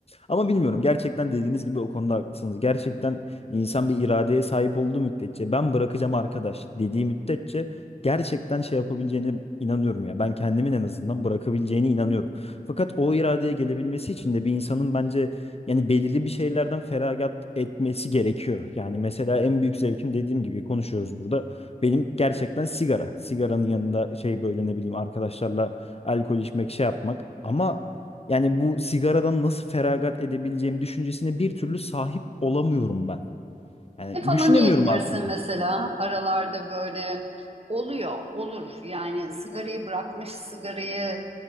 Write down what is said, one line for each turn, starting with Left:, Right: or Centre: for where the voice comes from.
Left: Ama bilmiyorum gerçekten dediğiniz gibi o konuda haklısınız. Gerçekten İnsan bir iradeye sahip olduğu müddetçe ben bırakacağım arkadaş dediği müddetçe gerçekten şey yapabileceğine inanıyorum ya. Ben kendimin en azından bırakabileceğine inanıyorum. Fakat o iradeye gelebilmesi için de bir insanın bence yani belirli bir şeylerden feragat etmesi gerekiyor. Yani mesela en büyük zevkim dediğim gibi konuşuyoruz burada. Benim gerçekten sigara. Sigaranın yanında şey böyle ne bileyim arkadaşlarla alkol içmek şey yapmak. Ama yani bu sigaradan nasıl feragat edebileceğim düşüncesine bir türlü sahip olamıyorum ben. Yani
Right: Ne falan
Left: düşünemiyorum
Right: yiyebilirsin
Left: aklıma.
Right: mesela aralarda böyle oluyor, olur. Yani sigarayı bırakmış, sigarayı